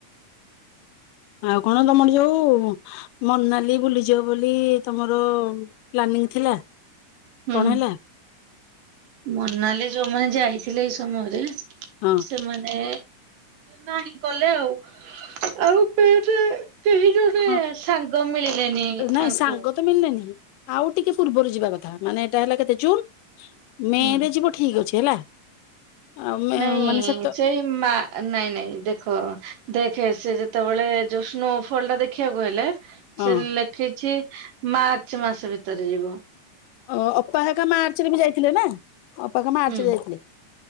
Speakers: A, on the left; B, on the right.
A: ଆଉ କଣ ତମର ଯୋଉ ମନାଲି ବୁଲିଯିବ ବୋଲି ତମର ପ୍ଲାନିଂ ଥିଲା।
B: ହୁଁ
A: କଣ ହେଲା?
B: ମନାଲି ଯୋଉମାନେ ଯାଇଥିଲେ ଏଇ ସମୟରେ
A: ହଁ
B: ସେମାନେ। ନାହିଁକଲେ ଆଉ ଆଉପେରେ କେହି ଜଣେ
A: ହଁ
B: ସାଙ୍ଗ ମିଳିଲେନି
A: ନାଇଁ
B: ଆଙ୍କୁ।
A: ସାଙ୍ଗ ତ ମିଳିଲେନି ଆଉ ଟିକେପୂର୍ବରୁ ଯିବାକଥା ମାନେ ଏଟାହେଲା କେତେ ଜୁନ୍। ମେ
B: ହୁଁ
A: ର ଯିବ ଠିକ ଅଛି। ହେଲା। ଆଉ ମେ
B: ନାଇଁ
A: ମାନେ ସେତ
B: ସେଇ ମା ନାଇଁ ନାଇଁ ଦେଖ। ହଁ ଦେଖେ ସେ ଯେତେବେଳେ ଜୋଷ୍ଣୁ ଫଲଟା ଦେଖିବାକୁ ଗଲେ।
A: ହଁ
B: ସେ ଲେଖିଛି। ମାର୍ଚ୍ଚ ମାସ ଭିତରେ ଯିବୁ।
A: ଓ ଅପା ଏକା ମାର୍ଚ୍ଚରେ ବି ଯାଇଥିଲେ ନା ଅପା କା ମାର୍ଚ୍ଚରେ
B: ହୁଁ
A: ଯାଇଥିଲେ।